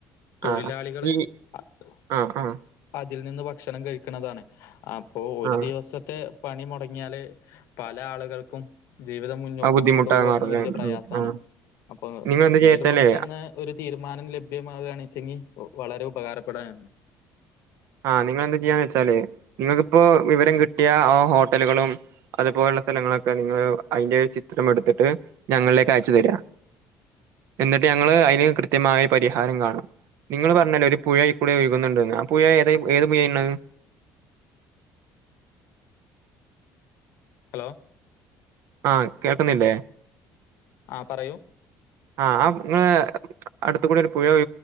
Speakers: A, on the left; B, on the right.
A: തൊഴിലാളികള്
B: ആ ഈ
A: അ
B: ആ ആ
A: ഇതിൽ നിന്ന് ഭക്ഷണം കഴിക്കുന്നതാണ് ആ അപ്പോ ഒരു
B: ആ
A: ദിവസത്തെ പണി മുടങ്ങിയാല് പല ആളുകൾക്കും ജീവിതം മുന്നോട്ട്
B: ആ ബുദ്ധിമുട്ടായി
A: കൊണ്ടുപോകന്ന്
B: മാറും ല്ലേ
A: വലിയ പ്രയാസമാണ്
B: ഉം ആ
A: അപ്പൊ
B: നിങ്ങൾ എന്ത്
A: ഇതിൽ
B: ചെയ്യാച്ചാലേ
A: പെട്ടെന്ന് ഒരു തീർ തരുമാനം ലഭ്യമാവുകാണ് വെച്ചെങ്കിൽ വളരെ ഉപകാരപ്പെടാനാണ്
B: ആ നിങ്ങെന്താ ചെയ്യാന്ന് വെച്ചാല് നിങ്ങൾക്ക് ഇപ്പോ വിവരം കിട്ടിയ ആ ഹോട്ടലുകളും അതുപോലുള്ള സ്ഥലങ്ങളൊക്കെ നിങ്ങൾ അതിന്റെ ചിത്രം എടുത്തിട്ട് ഞങ്ങളിലേക്ക് അയച്ചു തരാം എന്നിട്ട് ഞങ്ങള് അതിന് കൃത്യമായ പരിഹാരം കാണും നിങ്ങൾ പറഞ്ഞല് ഒരു പുഴ ഇക്കൂടെ ഒഴുകുന്നുണ്ട ആ പുഴ ഏത് പുന്നത്
A: ഹലോ
B: ആഹ കേൾക്കുന്നില്ലേ
A: ആ പറയൂ
B: ആഹ് ആ നിങ്ങള് അടുത്ത കൂടി ഒരു പുഴ